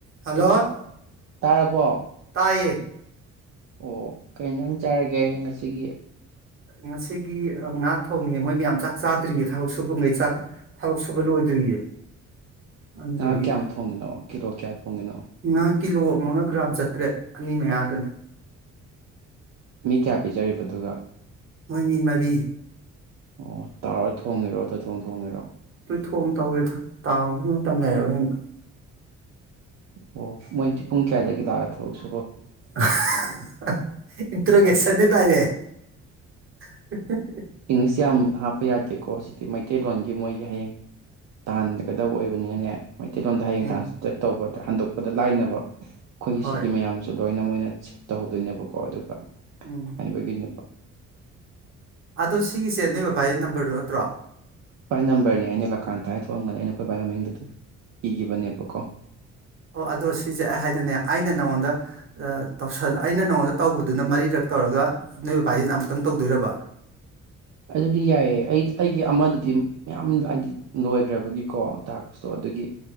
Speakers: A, on the right; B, on the right.
A: ꯍꯜꯂꯣ
B: ꯇꯥꯔꯕꯣ
A: ꯇꯥꯏꯌꯦ
B: ꯑꯣ ꯀꯩ ꯍꯦꯟꯖꯥꯡ ꯆꯔꯒꯦ ꯉ ꯁꯤꯒꯤ
A: ꯉꯁꯤꯒꯤ ꯉꯥ ꯊꯣꯡꯉꯦ ꯃꯣꯏ ꯃꯌꯥꯝ ꯆꯥꯛ ꯆꯥꯗ꯭ꯔꯤꯌꯦ ꯊꯕꯛ ꯁꯨꯕꯒꯩ ꯆꯥꯛ ꯊꯕꯛ ꯁꯨꯕ ꯂꯣꯏꯗ꯭ꯔꯤꯌꯦ ꯑꯗꯨꯗꯨꯒꯤ
B: ꯉꯥ ꯀꯌꯥꯝ ꯊꯣꯡꯉꯤꯅꯣ ꯀꯤꯂꯣ ꯀꯌꯥ ꯊꯣꯡꯉꯤꯅꯣ
A: ꯉꯥ ꯀꯤꯂꯣ ꯑꯃꯒ ꯒ꯭ꯔꯥꯝ ꯆꯇ꯭ꯔꯦꯠ ꯑꯅꯤ ꯃꯌꯥꯗꯨꯅꯤ
B: ꯃꯤ ꯀꯌꯥ ꯄꯤꯖꯔꯤꯕꯗꯨꯒ
A: ꯃꯣꯏ ꯃꯤ ꯃꯔꯤ
B: ꯑꯣ ꯇꯥꯎꯔ ꯊꯣꯡꯉꯤꯔꯣ ꯇꯣꯏꯊꯣꯡ ꯊꯣꯡꯉꯤꯔꯣ
A: ꯇꯣꯏ ꯊꯣꯡ ꯇꯧꯔꯦꯗ ꯇꯥꯎꯕꯒꯤ ꯃꯇꯝ ꯂꯩꯔꯔꯣꯏꯅ
B: ꯑꯣ ꯃꯣꯏꯗꯤ ꯄꯨꯡ ꯀꯌꯥꯗꯒꯤ ꯂꯥꯛꯑ ꯊꯕꯛ ꯁꯨ
A: ꯑꯑ ꯍꯍ ꯏꯟꯇ꯭ꯔꯣꯒꯦꯁꯟꯅꯦ ꯗꯥꯏꯔꯦꯛ ꯍꯦꯍꯦ
B: ꯏꯪꯂꯤꯁ ꯌꯥꯝ ꯍꯥꯞꯄ ꯌꯥꯗꯦ ꯀꯣꯁꯤ ꯃꯩꯇꯩꯂꯣꯟꯒꯤ ꯃꯣꯏꯒꯤ ꯍꯌꯦꯡ ꯇꯥꯟꯒꯗꯕ ꯑꯣꯏꯕꯅꯤꯅꯅꯦ ꯃꯩꯇꯩꯂꯣꯟꯗ ꯍꯌꯦꯡ
A: ꯎꯝ
B: ꯗꯥꯟꯁ ꯇꯦꯠ ꯇꯧꯕ ꯍꯟꯗꯣꯛꯄꯗ ꯂꯥꯏꯅꯕ ꯑꯩꯈꯣꯏꯒꯤ
A: ꯍꯣꯏ
B: ꯁꯤꯒꯤ ꯃꯌꯥꯝꯁꯦ ꯂꯣ ꯂꯣꯏꯅ ꯃꯣꯏꯅ ꯁꯦꯞ ꯇꯧꯍꯧꯗꯣꯏꯅꯦꯕꯀꯣ ꯑꯗꯨꯒ
A: ꯎꯝ
B: ꯑꯩꯕꯒꯤꯅꯦꯕ
A: ꯑꯗꯣ ꯁꯤꯒꯤꯁꯦ ꯅꯣꯏ ꯕꯕꯥꯒꯤ ꯅꯝꯕꯔꯗꯣ ꯅꯠꯇ꯭ꯔꯣ
B: ꯑꯩꯈꯣꯏ ꯚꯥꯏ ꯅꯝꯕꯔꯅꯦ ꯅꯤꯂꯀꯥꯟꯇ ꯍꯥꯏ ꯊꯣꯛꯑꯝꯒꯅꯤ ꯑꯩꯅ ꯑꯩꯈꯣꯏꯕꯥꯥꯏ ꯃꯃꯤꯡꯗ ꯑꯗꯨꯝ ꯏꯈꯤꯕꯅꯦꯕꯀꯣ
A: ꯑꯣ ꯑꯗꯣ ꯁꯤꯁꯦ ꯑꯩ ꯍꯥꯏꯅꯅꯦ ꯑꯩꯅ ꯅꯪꯉꯣꯟꯗ ꯇꯧꯁꯟ ꯑꯩꯅ ꯅꯪꯉꯣꯟꯗ ꯇꯧꯕꯗꯨꯅ ꯃꯔꯤꯔꯛ ꯇꯧꯔꯒ ꯅꯣꯏ ꯕꯥꯕꯒꯤꯗꯅ ꯑꯃꯨꯛꯇꯪ ꯇꯧꯗꯣꯏꯔꯕ
B: ꯑꯗꯨꯗꯤ ꯌꯥꯏꯑꯦ ꯑꯩ ꯑꯩꯒꯤ ꯑꯃꯗꯗꯤ ꯃꯌꯥꯝ ꯍꯥꯏꯗꯤ ꯂꯣꯏꯈ꯭ꯔꯕꯒꯤꯀꯣ ꯇꯥꯛꯁꯇꯣ ꯑꯗꯨꯒꯤ